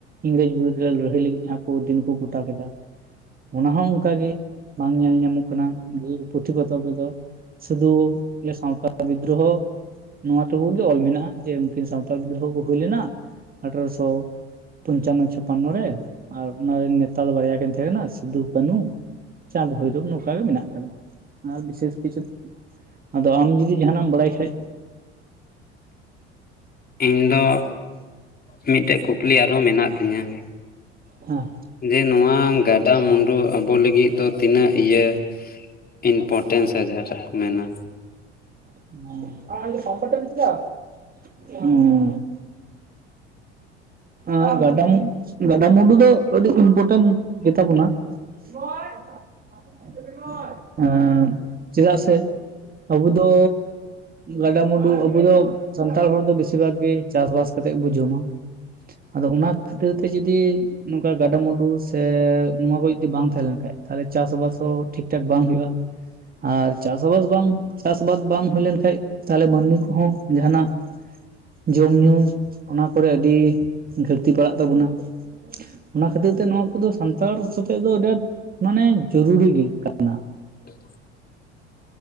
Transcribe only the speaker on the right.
ᱤᱝᱨᱮᱹᱡᱽ ᱵᱤᱨᱩᱫᱽ ᱨᱮ ᱞᱟᱹᱲᱦᱟᱹᱭ ᱞᱟᱹᱜᱤᱫ ᱡᱟᱦᱟᱸ ᱠᱚ ᱫᱤᱱ ᱠᱚ ᱜᱚᱴᱟ ᱠᱮᱫᱟ ᱚᱱᱟ ᱦᱚᱸ ᱚᱝᱠᱟᱜ ᱜᱮ, ᱵᱟᱝ ᱧᱮᱞ ᱧᱟᱢᱚᱜ ᱠᱟᱱᱟ ᱡᱮ ᱯᱩᱛᱷᱤ ᱯᱚᱛᱚᱵ ᱨᱮᱫᱚ᱾ ᱥᱩᱫᱩ ᱤᱭᱟᱹ ᱥᱟᱶᱛᱟᱞ ᱵᱤᱫᱽᱫᱨᱳᱦᱚ᱾ ᱱᱚᱣᱟ ᱛᱟᱵᱩᱜ ᱜᱮ ᱚᱞ ᱢᱮᱱᱟᱜᱼᱟ ᱡᱮ ᱩᱱᱠᱤᱱ ᱥᱟᱶᱟᱱᱛᱟᱞ ᱵᱤᱫᱽᱨᱳᱦᱚ ᱠᱚ ᱦᱩᱭ ᱞᱮᱱᱟ ᱟᱴᱨᱚᱥᱚᱼᱼ ᱯᱚᱧᱪᱟᱱᱱᱚ ᱪᱷᱟᱯᱟᱱᱱᱚ ᱨᱮ ᱟᱨ ᱚᱱᱟ ᱨᱮᱱ ᱱᱮᱛᱟ ᱫᱚ ᱵᱟᱨᱭᱟ ᱠᱤᱱ ᱛᱟᱦᱮᱸ ᱠᱟᱱᱟ ᱥᱤᱫᱩ ᱠᱟᱹᱱᱩ ᱪᱟᱸᱫᱽ ᱵᱷᱳᱭᱨᱳᱵ ᱱᱚᱝᱠᱟ ᱜᱮ ᱢᱮᱱᱟᱜ ᱟᱠᱟᱫᱟ ᱟᱨ ᱵᱤᱥᱮᱥ ᱠᱤᱪᱷᱩ ᱟᱫᱚ ᱟᱢ ᱡᱩᱫᱤ ᱡᱟᱦᱟᱱᱟᱜ ᱮᱢ ᱵᱟᱲᱟᱭ ᱠᱷᱟᱡ
ᱦᱮᱸ
<unintelligible> ᱦᱚᱸ ᱜᱟᱰᱟ ᱜᱟᱰᱟ ᱢᱩᱰᱩ ᱫᱚ ᱟᱹᱰᱤ ᱤᱢᱯᱚᱨᱴᱮᱱᱴ ᱜᱮᱛᱟ ᱵᱚᱱᱟ <unintelligible> ᱮᱸ ᱪᱮᱫᱟᱜ ᱥᱮ ᱟᱵᱩ ᱫᱚᱼᱼ ᱜᱟᱰᱟᱼᱢᱩᱰᱩ ᱟᱵᱚ ᱫᱚ ᱥᱟᱱᱛᱟᱲ ᱦᱚᱲ ᱫᱚ ᱵᱮᱥᱤᱨ ᱵᱷᱟᱜ ᱜᱮ ᱪᱟᱥ ᱵᱟᱥ ᱠᱟᱛᱮᱜ ᱜᱮᱵᱩ ᱡᱚᱢᱟ ᱟᱫᱚ ᱚᱱᱟ ᱠᱷᱟᱹᱛᱤᱨ ᱛᱮ ᱡᱚᱫᱤ ᱱᱚᱝᱠᱟ ᱜᱟᱰᱟ ᱢᱩᱰᱩ ᱥᱮ ᱱᱚᱣᱟ ᱠᱚ ᱡᱩᱫᱤ ᱵᱟᱝ ᱛᱟᱦᱮᱸ ᱞᱮᱱ ᱠᱷᱟᱡ ᱛᱟᱦᱚᱞᱮ ᱪᱟᱥ ᱵᱟᱥ ᱦᱚᱸ ᱴᱷᱤᱠ ᱴᱷᱟᱠ ᱵᱟᱝ ᱦᱳᱭᱳᱜᱼᱟ ᱟᱨ ᱪᱟᱥ ᱵᱟᱥ ᱵᱟᱝ ᱪᱟᱥ ᱟᱵᱟᱫ ᱵᱟᱝ ᱦᱩᱭ ᱞᱮᱱ ᱠᱷᱟᱡ ᱛᱟᱦᱚᱞᱮ ᱢᱟᱹᱱᱢᱤ ᱠᱚᱦᱚᱸ ᱡᱟᱦᱟᱱᱟᱜ ᱡᱚᱢ ᱧᱩ ᱚᱱᱟ ᱠᱚᱨᱮ ᱟᱹᱰᱤᱼᱼ ᱜᱟᱹᱞᱛᱤ ᱯᱟᱲᱟᱜ ᱛᱟᱵᱚᱱᱟ ᱚᱱᱟ ᱠᱷᱟᱹᱛᱤᱨ ᱛᱮ ᱱᱚᱣᱟ ᱠᱚᱫᱚ ᱥᱟᱱᱛᱟᱲ ᱥᱟᱛᱮ ᱫᱚ ᱟᱹᱰᱤ ᱟᱸᱴ ᱢᱟᱱᱮ ᱡᱚᱨᱩᱨᱤ ᱜᱮ ᱠᱟᱱᱟ